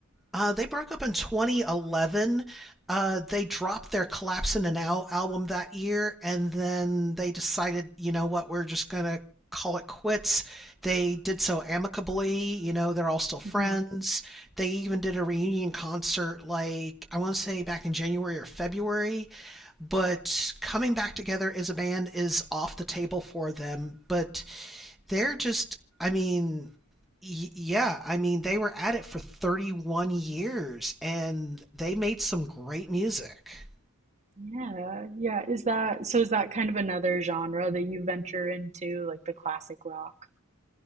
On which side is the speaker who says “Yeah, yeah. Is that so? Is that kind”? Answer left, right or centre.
Right